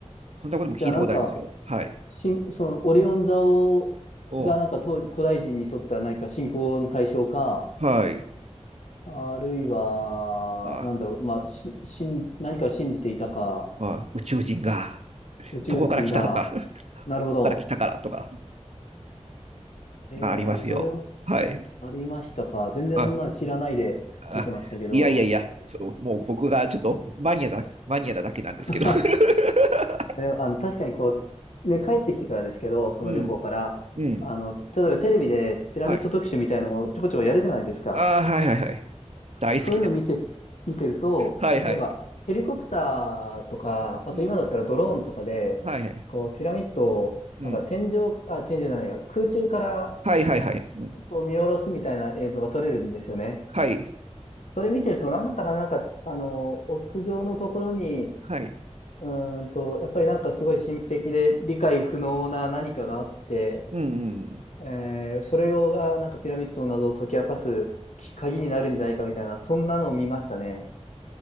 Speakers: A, on the right; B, on the left.
A: そんなことも聞いたことありますよ。
B: じゃあなんか、
A: はい。
B: しん、その、オリオン座を、
A: お
B: がなんか当、古代人にとっては何か信仰の対象か、
A: はい。
B: あるいは、
A: あ、
B: なんだろう、まあ、し、しん、何かを信じていたか、
A: まあ、宇宙人が、
B: 宇宙人が、
A: そこから来たとか、<laughs>
B: なるほど。
A: そこから来たからとか、
B: へえー、
A: ありますよ。
B: それは
A: はい。
B: ありましたか。全然そんなの知らないで見てましたけど。
A: あ、あ、いやいやいや、そう、もう僕がちょっとマニアだ、マニアなだけなんですけど。
B: <laughs>
A: <laughs>
B: でも、あの、確かにこう、ね、帰ってきてからですけど、その旅行から、
A: うん。うん。
B: あの、例えばテレビでピラミッド特集みたいのをちょこちょこやるじゃないですか。
A: はい。ああ、はいはいはい。大好きです。
B: そういうの見て、見てると、
A: はいはい。
B: こう、例えばヘリコプターとか、あと今だったらドローンとかで、
A: うん。はいはい。
B: こう、ピラミッドを、
A: うん。
B: なんか天井、あ、天井じゃないや、空中から
A: はいはいはい。うん。
B: こう見下ろすみたいな映像が撮れるんですよね。
A: はい。
B: それ見てると、何だったかな、なんか、あの、屋上のところに、
A: はい。
B: うーんと、やっぱりなんかすごい神秘的で理解不能な何かがあって、
A: うん。うんうん。
B: えーそれをがなんかピラミッドの謎を解き明かすき鍵になるんじゃないかみたいな、そんなのを見ましたね。